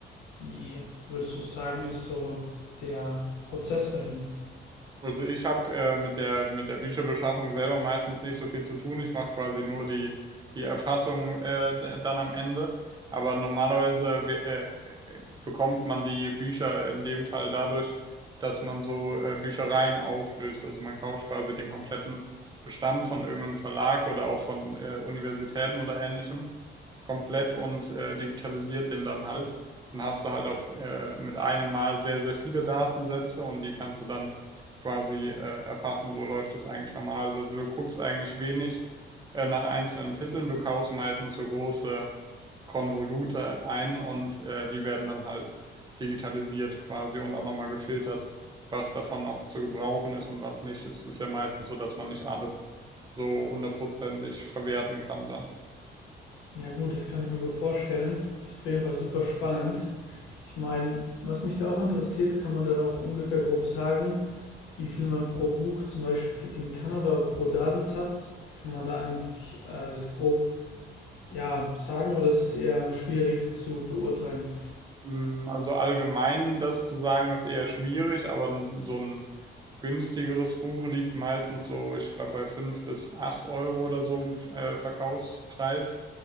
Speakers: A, on the left; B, on the right.
A: wie würdest du sagen, ist so der Prozess dahin?
B: Also ich habe äh, mit der mit der Bücherbeschaffung selber meistens nicht so viel zu tun. Ich mache quasi nur die die Erfassung äh, d- dann am Ende. Aber normalerweise we- äh, bekommt man die Bücher in dem Fall dadurch, dass man so äh, Büchereien auflöst. Also man kauft quasi den kompletten Bestand von irgendeinem Verlag oder auch von äh, Universitäten oder ähnlichem komplett und äh, digitalisiert den dann halt. Dann hast du halt auf äh, mit einem Mal sehr, sehr viele Datensätze und die kannst du dann quasi äh, erfassen. So läuft das eigentlich normalerweise. Also also du guckst eigentlich wenig äh, nach einzelnen Titeln, du kaufst meistens so große Konvolute ein und äh, die werden dann halt digitalisiert quasi und auch nochmal gefiltert, was davon noch zu gebrauchen ist und was nicht. Es ist ja meistens so, dass man nicht alles so hundertprozentig verwerten kann dann.
A: Ja gut, das kann ich mir gut vorstellen. Ist auf jeden Fall super spannend. Ich meine, was mich da auch interessiert, kann man dann auch ungefähr grob sagen, wie viel man pro Buch zum Beispiel verdienen kann oder pro Datensatz? Kann man da eigentlich äh, das grob ja, sagen oder ist es eher schwierig zu beurteilen?
B: Mm, Also allgemein das zu sagen, ist eher schwierig, aber n- so ein günstigeres Buch liegt meistens so, ich glaube, bei 5 bis 8 Euro oder so im F- äh, Verkaufspreis.